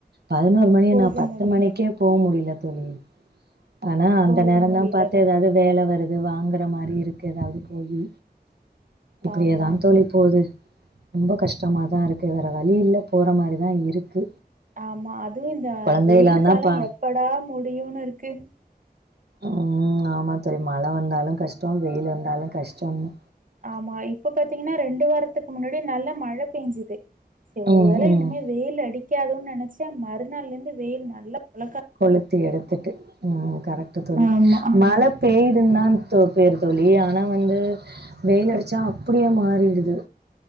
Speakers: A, on the right; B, on the right.
A: பதினொர் மணி
B: போக
A: என்னா பத்து
B: முடியல.
A: மணிக்கே போ முடில தோழி ஆனா அந்த
B: போக
A: நேரோ
B: முடியல
A: தா பாத்து
B: தான்.
A: எதாது வேல வருது வாங்குற மாரி இருக்கு எதாவது போயி இப்டியே
B: ஆமா.
A: தா தோழி போது ரொம்ப கஷ்டமா
B: ம்.
A: தா இருக்கு வேற வழி இல்ல போற மாரிதா இருக்கு
B: ஆமா அதுவு இந்த
A: கொழந்தைலாந்தா
B: வெயிலு காலோ
A: பா
B: எப்படா முடியுனு இருக்கு
A: ம் ஆமா தோழி மழ
B: ம்.
A: வந்தாலு கஷ்டோ வெயிலு வந்தாலு கஷ்டோ தா
B: ஆமா இப்ப பாத்தீங்கன்னா ரெண்டு வாரத்துக் முன்னாடி நல்லா மழ பேஞ்சுது செரி
A: ம்
B: ஒருவேள
A: ம்
B: இனிமே வெயில் அடிக்காதோ நெனச்சா மறுநாள்ல ருந்து வெயில் நல்லா பொழக்க
A: கொளுத்தி எடுத்துட்டு ம் கரெக்ட் தோழி
B: ஆமா
A: மழ பேயுதுன் தா தோ பேரு தோழி ஆனா வந்து வெயில் அடிச்சா அப்டியே மாறிடுது